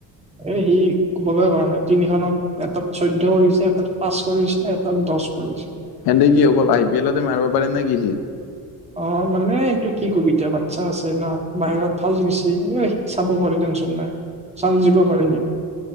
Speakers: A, on the right; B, on the left.
A: এ সি ক'বলৈ পৰা নাই, তিনিখনত এটাত চৈধ্য লিখিছে, এটাত পাঁচ কৰিছে। <inaudible> দচ কৰি নিছে।
B: হেন্তে কি হ'ব? আই পি এলতে মাৰিব পাৰি নে কি, যি?
A: অ', মানে, এইটো কি ক'বি? এতিয়া বাচ্চা আছে ন, বাহিৰত ফাষ্ট গৈছে? চাব পাৰি, টেনশ্যন নাই। চাল দিব পাৰি।